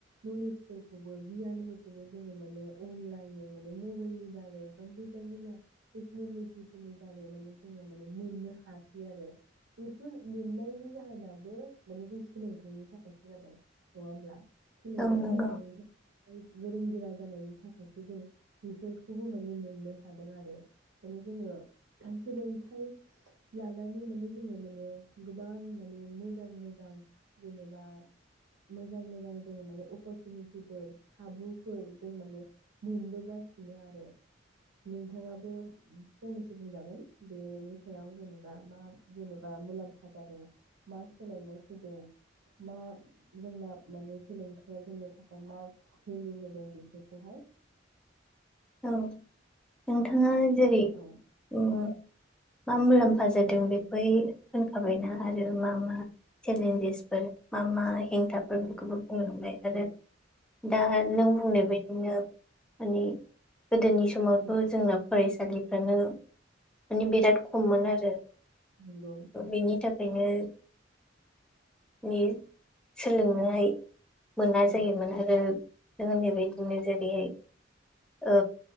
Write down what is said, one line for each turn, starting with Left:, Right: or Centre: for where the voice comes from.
Right: नलेजफोरखौ गियानफोरखौबो जोङो माने अनलाइन माने मबाइलनि दारै कम्पिउटारनि टेक्नलजिफोरनि दारै माने जोङो माने मोननो हासै आरो बेफोर मोननायनि जाहोनाबो माने जों सोलोंथाइनि थाखायसो जादों नङा होमब्ला? सोलोंथाइ
Centre: औ नंगौ
Right: गोनां। गोरों गोरा जानायनि थाखायसो जों बेफोरखौबो माने मोननो हादों आरो माने जोङो सोलोंथाइ लानानै माने जोङो माने गोबां माने मोजां मोजां जेनेबा मोजां मोजां जों माने अपरसुनिटि खाबुफोर जों माने मोनबोगासिनो आरो नोंथाङाबो फंनैसो बुंजागोन बेनि सायाव जेनेबा मा जेनेबा मुलाम्फा जादों मा सोलायनाय फैदों मा जोंना माने सोलोंथाइया जोंनि थाखाय मा भेलु होदों बेफोरखौहाय
Centre: औ नोंथाङा। जेरै
Right: औ
Centre: औ मा मुलाम्फा जादों
Right: औ
Centre: बेखौ बुंखाबायना आरो मा
Right: औ
Centre: मा चेलेन्जेसफोर मा मा हेंथाफोर
Right: औ
Centre: बेखौबो बुंलांबाय आरो
Right: औ
Centre: दा नों बुंनाय बायदिनो माने गोदोनि समावथ'
Right: औ
Centre: जोंना फरायसालिफ्रानो माने बिराद खममोन आरो
Right: नंगौ
Centre: बेनि थाखाय नो नि सोलोंनोहाय मोना
Right: औ
Centre: जायोमोन आरो नों होननाय बायदिनो जेरैहाय औ